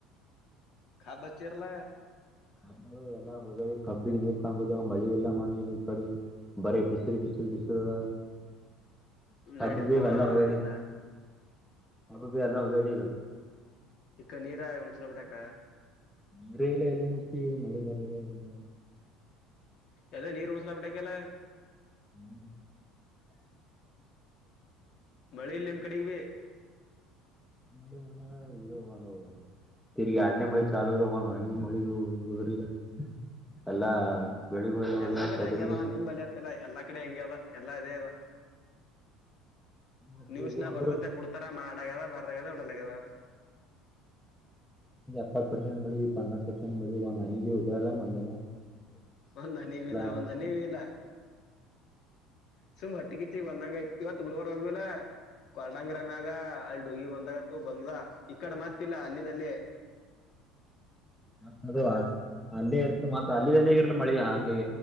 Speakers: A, on the left; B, in the centre.
A: ಕಾಬಚೇರಲ್ಲ
B: ಕಬ್ಬು ಎಲ್ಲಾ ಹೋಗ್ಯಾವ ಕಬ್ಬಿ ನೀರ್ ಕಾಣಬುದ ಮಳಿ ಇಲ್ಲ ಮಣ್ಣೀಲಿ ಈ ಕಡಿ. ಬರಿ ಬಿಸಿಲು ಬಿಸಿಲು ಬಿಸಿಲವ. ಹಬ್ಬ
A: ನಡೀತ್
B: ಬಿ
A: ನೋಣ
B: ವೆಲ್ಲ ಹೋಯ್
A: ಎಲ್ಲಾ
B: ಹಬ್ಬದು ಎಲ್ಲ ಓದಿದೆ.
A: ಇಕ್ಕ ನೀರ ಉಣಚ ಬಿಟ್ಟಾಕ.
B: ಬ್ರೆಲೆಲಿ ಉಣಿಸ್ತಿವಿ ಮಳೆ ಬರಲ್ಲೆ ಇಲ್ಲ.
A: ಎದೇ ನೀರು ಉಣಿಸ್ ಬಿಟಕ್ಕೆಲ್ಲ.
B: ಹ್ಮ್
A: <inaudible> ಬೆಳೆ ಇಲೆಲ್ ಕಡಿಮೆ.
B: ಮಂಡಿ ಮಣ್ಣಾಗ ಇದು ಬಂದು. ತಿರ್ಗಿ ಎರಡನೇ ಮಳಿ ಚಾಲೂ ಅದ ಒಂದ್ ಹನೀ ಮಳಿ ಉದ್ರಿದ ಎಲ್ಲಾ ಬೆಳಿಗಳೆಲ್ಲ ಹೋಗ್ಯಾವ
A: ಎಲ್ಲಾ ಕಡೆ
B: ತೊಗರಿ
A: ಹಂಗ್ಯ ಅದಾನ ನಿಮ್ ಬಲ ಅತ್ತಲ್ಲ ಎಲ್ಲಾ ಕಡೆ ಹೆಂಗ್ಯ ಅದ ಎಲ್ಲಾ ಇದೇ ಇದ
B: ಅದು
A: ನೀವಸನ್ಯಾಗ
B: ಅಂದ್ರ
A: ಬರ್ತತೆ ಕುಡ್ತಾರ ಮಾಡಗ್ಯದ ಬರಾಗ್ಯದ ಬೀಡಲಾಗ್ಯದ.
B: ಇಪ್ಪತ್ತು ಪರ್ಸೆಂಟ್ ಮಳಿ ಬಂಧ ಪರ್ಸೆಂಟ್ ಒಂದ್ ಹನಿನ ಉದ್ರಲ್ಲ ಅಲ್ಲ ಮಣ ಇಲ್ಲಾ
A: ಒಂದ್ ಹನಿವಿಲ್ಲ
B: <unintelligible>
A: ಒಂದ್ ಹನಿವಿಲ್ಲ ಸುಮ್ ಹೋಟ್ಟಿಗಿಚ್ಚಿ ಬಂದಂಗ ಇವತ್ತು ಗುರವರ್ ಹೋಗವಲ್ಲ ಕೊಲ್ಡಂಗರ ಮ್ಯಾಗ ಗಿ ಬಂದಾಗತ್ತು ಬಂದ ಈ ಕಡೆ ಮತಿಲ್ಲ ಅಲ್ಲಿದ್ದ ಲ್ಲಿಯೇ
B: ಮತ್ತ ಅದು ಅಲ್ಲೇ ಇರ್ತ ಮತ್ತ ಅಲ್ಲಿ ಅಲ್ಲೇ ಇರ್ಲಿ ಮಳಿ ಹಂಗ